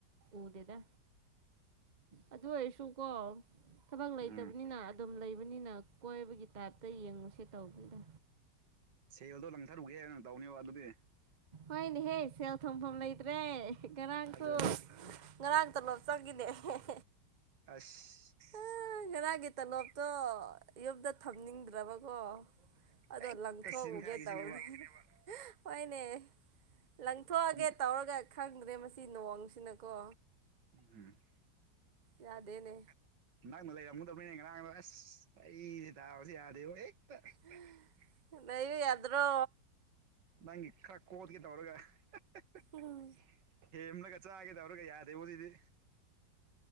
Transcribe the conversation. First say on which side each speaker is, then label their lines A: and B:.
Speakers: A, on the right; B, on the right.
A: ꯎꯗꯦꯗ ꯑꯗꯨ ꯑꯣꯏꯔꯁꯨꯀꯣ ꯊꯕꯛ ꯂꯩꯇꯕꯅꯤꯅ
B: ꯎꯝ
A: ꯑꯗꯨꯝ ꯂꯩꯕꯅꯤꯅ ꯀꯣꯏꯕꯒꯤ ꯇꯥꯏꯞꯇ ꯌꯦꯡꯉꯨꯁꯦ ꯇꯧꯕꯅꯤꯗ
B: ꯁꯦꯜꯗꯣ ꯂꯪꯊꯔꯨꯒꯦ ꯅ ꯇꯧꯅꯦꯕ ꯑꯗꯨꯗꯤ
A: ꯍꯣꯏꯅꯦꯍꯦ ꯁꯦꯜ ꯊꯨꯝꯐꯝ ꯂꯩꯇ꯭ꯔꯦ ꯉꯔꯥꯡꯁꯨ
B: ꯑꯗꯨꯅꯦ
A: ꯉꯔꯥꯡ ꯇꯣꯂꯣꯞ ꯆꯪꯉꯤꯅꯦꯍ <unintelligible>
B: ꯑꯁ
A: ꯑꯦ ꯉꯔꯥꯡꯒꯤ ꯇꯂꯣꯞꯇꯣ ꯌꯨꯝꯗ ꯊꯝꯅꯤꯡꯗ꯭ꯔꯕꯀꯣ ꯑꯗꯣ
B: ꯍꯦꯛꯇ
A: ꯂꯪꯊꯣꯛꯎꯒꯦ
B: ꯁꯤꯖꯤꯟꯈꯥꯏꯒꯤꯁꯤꯅꯦꯕ
A: ꯇꯧꯕꯅꯦ ꯍꯣꯏꯅꯦ ꯂꯪꯊꯣꯛꯑꯒꯦ
B: ꯊꯝ
A: ꯇꯧꯔꯒ ꯈꯪꯗ꯭ꯔꯦ ꯃꯁꯤ ꯅꯣꯡꯁꯤꯅꯀꯣ
B: ꯎꯝ
A: ꯌꯥꯗꯦꯅꯦ
B: ꯅꯪꯅ ꯂꯩꯔꯝꯃꯨꯗꯕꯅꯦ ꯉꯔꯥꯡꯗꯣ ꯑꯁ ꯑꯩꯁꯦ ꯗꯥꯎꯁꯦ ꯌꯥꯗꯦꯕ ꯍꯦꯛꯇ
A: <unintelligible> ꯂꯩꯌꯨ ꯌꯥꯗ꯭ꯔꯣ
B: ꯅꯪꯒꯤ ꯈꯔ ꯀꯣꯗꯀꯦ ꯇꯧꯔꯒ <unintelligible>
A: ꯎꯝ
B: ꯊꯦꯝꯂꯒ ꯆꯥꯒꯦ ꯇꯧꯔꯒ ꯌꯥꯗꯦꯕꯨꯖꯤꯗꯤ